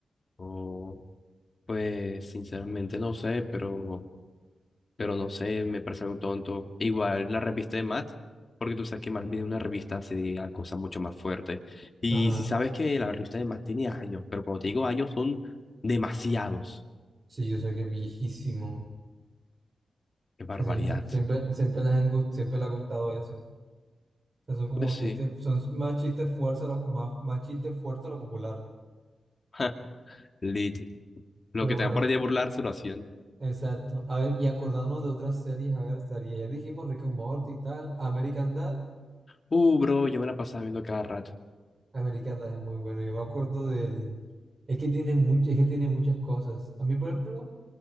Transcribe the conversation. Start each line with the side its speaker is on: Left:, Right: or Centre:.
Left: O, pues, sinceramente no sé, pero, pero no sé, me parece algo tonto. Igual la revista de Matt, porque tú sabes que Matt viene de una revista hace a cosas mucho más fuertes. Y
Right: Ajá,
Left: si sabes que la revista de Matt tiene años, pero cuando te digo años son demasiados.
Right: sí, yo sé que es viejísimo.
Left: ¡Qué barbaridad!
Right: O sea, siem- siempre, siempre les han gust- siempre les ha gustado eso. O sea, son como
Left: Pues
Right: chistes,
Left: sí,
Right: son más chistes fuertes, a lo- más, más chistes fuertes a lo popular.
Left: <laughs> lit. Lo
Right: Pero
Left: que
Right: bueno,
Left: tengan por ahí de burlarse lo hacían.
Right: Exacto. A ver, y acordándonos de otras series, a ver, estaría. Ya dijimos Rick and Morty y tal. American Dad.
Left: Uh, bro, yo me la pasaba viendo a cada rato.
Right: American Dad es muy bueno. Yo me acuerdo del. Es que tiene mucho, es que tiene muchas cosas. A mí, por ejemplo,